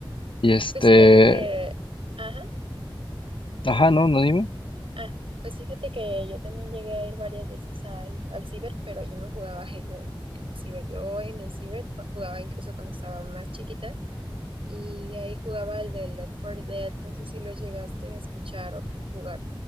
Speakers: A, on the left; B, on the right.
A: Y este,
B: Pues fíjate que, ajá,
A: ajá, no, no dime.
B: ah, pues fíjate que yo también llegué a ir varias veces al, al ciber, pero yo no jugaba Halo en el ciber. Yo en el ciber jugaba incluso cuando estaba más chiquita. y ahí jugaba el de Left 4 Dead, no sé si lo llegaste a escuchar o jugar.